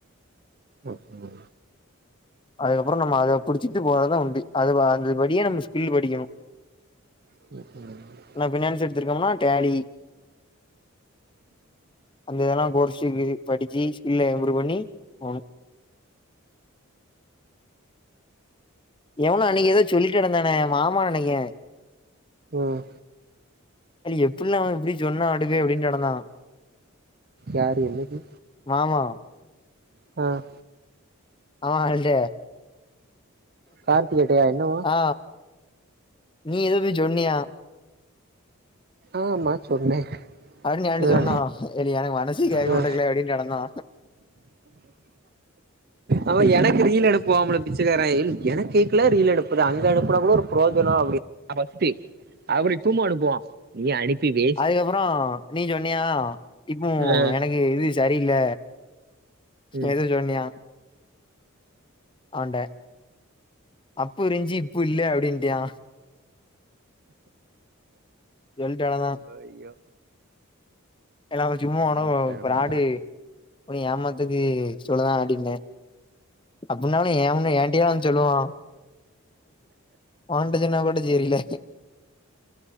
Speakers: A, on the right (about 45°); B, on the left (about 25°).
A: ஓகே
B: அதுக்கப்புறம் நம்ம அத புடிச்சிட்டு போறதா உண்டு அது அதுபடியே நம்ம ஸ்கில் படிக்கணு
A: ம்
B: நா ஃபினான்ஸ் எடுத்துருக்கவன்லா டாலி அந்த இதெல்லாம் கோர்ஸுக்கு படிச்சு ஸ்கில்ல இம்ப்ரூவ் பண்ணி போணு எவனோ அன்னைக்கு ஏதோ சொல்லி கெடந்தானே மாமா நெனைக்கே
A: ம்
B: அது எப்புல்லா அவன் இப்டி சொன்னா அடுவே அப்டினு கெடந்தான்
A: யாரு என்னிக்கு
B: மாமா
A: அ
B: அவன் ஆள்ட
A: கார்த்திகேட்டையா என்னவா
B: ஆ நீ எதோ போய் சொன்னியா
A: ஆமா சொன்னே
B: அப்டின்னு என்ட்ட
A: ஆ
B: சொன்னா ஏன்டி எனக்கு மனசு கேக்க
A: ஆ
B: முட்டக்குல அப்டின்னு கெடந்தா
A: அவன் எனக்கு ரீல் அனுப்புவாம்ல பிச்சக்கார எனக்கு ஏக்குல ரீல் அனுப்புர அங்க அனுப்புனா கூட ஒரு ப்ரோஜனம் அப்டினு <unintelligible> அப்டி துரும்ப அனுப்புவா நீ அனுப்பி வை
B: அதுக்கப்பரோ நீ சொன்னியா இப்போ
A: ஆ
B: எனக்கு இது சரில்ல
A: ம்
B: எது சொன்னியா அவன்ட அப்ப இருஞ்சு இப்ப இல்ல அப்டின்ட்டியா டெல்ட்டால தா
A: ஐயோ
B: எல்லா சும்மா
A: அவ
B: உன்ன
A: பேரமண்டா
B: ப்ராடு உன்ன ஏமாத்துக்கு சொல்லதா அப்டின்னே அப்பின்னாலு ஏ என்டயே வந்து சொல்லுவா உன்ட சொன்னா கூட செரில